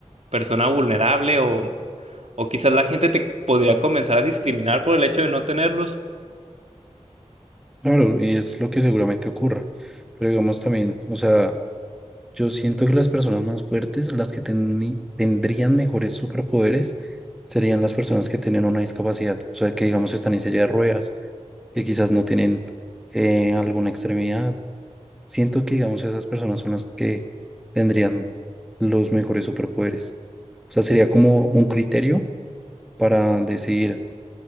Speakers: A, on the right (about 60°); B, in the centre.
A: persona vulnerable o, o quizás la gente te podría comenzar a discriminar por el hecho de no tenerlos.
B: Claro, y es lo que seguramente ocurra. Pero digamos también, o sea, yo siento que las personas más fuertes, las que teni- tendrían mejores superpoderes, serían las personas que tienen una discapacidad. O sea, que digamos están en silla de ruedas, que quizás no tienen eh, alguna extremidad. Siento que digamos esas personas son las que tendrían los mejores superpoderes. O sea, sería como un criterio para decidir